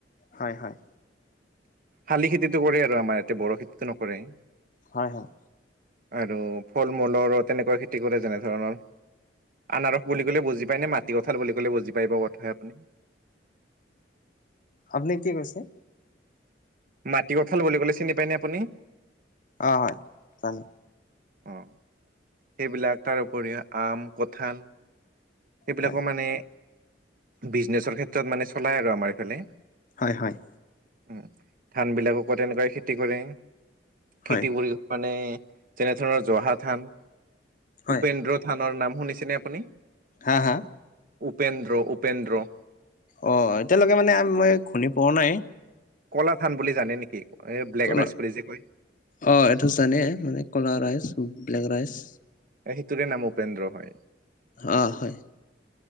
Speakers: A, on the left; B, on the right.
A: হয় হয়।
B: শালি খেতিটো কৰে আৰু আমাৰ ইয়াতে, বড়ো খেতিটো নকৰে।
A: হয় হয়।
B: আৰু ফল মূলৰো তেনেকুৱা খেতি কৰে যেনে ধৰণৰ। আনাৰস বুলি ক'লে বুজি পায় নে মাটি কঁঠাল বুলি ক'লে বুজি পাই বা কথাই আপুনি?
A: আপুনি কি কৈছে?
B: মাটিকঁঠাল বুলি ক'লে চিনি পায়নে আপুনি?
A: অ', হয়', জানোঁ',
B: অ', সেইবিলাক তাৰ উপৰিও আম, কঁঠাল', সেইবিলাকো
A: হয়।
B: মানে বিজনেচৰ ক্ষেত্ৰত মানে চলাই আৰু আমাৰ ইফালে',
A: হয়', হয়',
B: উম', ধান বিলাককো আকৌ তেনেকুৱাই খেতি কৰে,
A: হয়
B: খেতি কৰি', মানে যেনে ধৰা, জহা ধান,
A: হয়
B: উপেন্দ্ৰ ধানৰ নাম শুনিছেনে আপুনি?
A: হা', হা',?
B: উপেন্দ্ৰ- উপেন্দ্ৰ',
A: অ', এতিয়ালৈকে মানে মই শুনি পোৱা নাই',
B: ক'লা ধান বুলি জানে নেকি, এ ব্লেক
A: কলা
B: ৰাইচ বুলি যে কয়',
A: অ', এইটো জানে মানে ক'লা ৰাইচ ব্লেক ৰাইচ',
B: সিটোৰে নাম উপেন্দ্ৰ হয়',
A: অ', হয়',